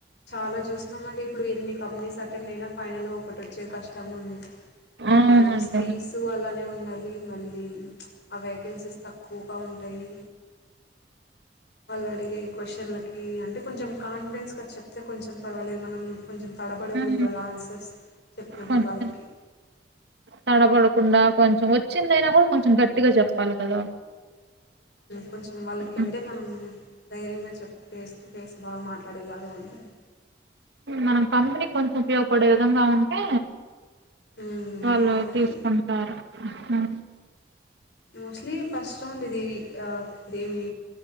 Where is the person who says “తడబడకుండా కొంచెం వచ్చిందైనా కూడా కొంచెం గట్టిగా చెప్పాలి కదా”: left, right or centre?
Right